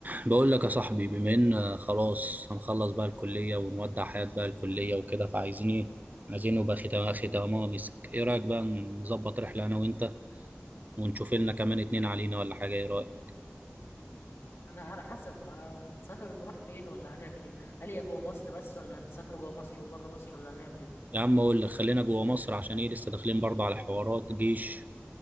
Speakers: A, on the right (about 40°); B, on the left (about 80°).
A: بقول لك يا صاحبي بما ان خلاص هنخلص بقى الكلية ونودع حياة بقى الكلية وكده فعايزين ايه عايزين نبقى ختام اخي تمام مسك ايه رأيك بقى نظبط رحلة انا وانت ونشوف لنا كمان اتنين علينا ولا حاجة ايه رأيك
B: انا على حسب هنسافر نروح فين ولا هنعمل ايه هل هي جوه مصر بس ولا هنسافر جوه مصر وبره مصر ولا هنعمل ايه
A: يا عم اقول لك خلينا جوه مصر عشان ايه لسه داخلين برضه على حوارات جيش